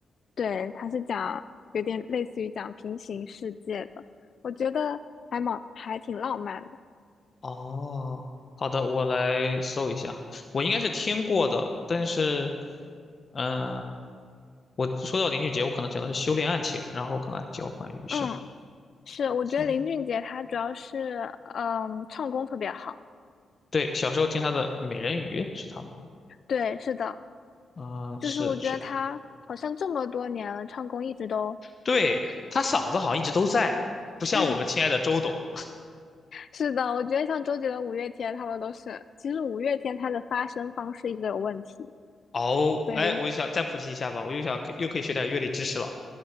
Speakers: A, on the left; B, on the left.
A: 对，他是讲有点类似于讲平行世界的，我觉得还蛮还挺浪漫的。
B: 哦，好的，我来搜一下。我应该是听过的，但是，嗯、我说到林俊杰，我可能想的是《修炼爱情》，然后看看《交换余生。
A: 嗯。是，我觉得林俊杰他主要是嗯唱功特别好，
B: 行，对，小时候听他的《美人鱼》是他吗？
A: 对，是的，
B: 嗯、
A: 就是我觉得他好像这么多年了，
B: 是是，
A: 唱功一直都
B: 对，他嗓子好像一直都在，不像我们亲爱的周董。
A: 嗯是的，我觉得像周杰伦、五月天他们都是，其实五月天他的发声方式一直有问题，
B: 哦，
A: 所以
B: 哎，我就想再普及一下吧，我又想可又可以学点乐理知识了，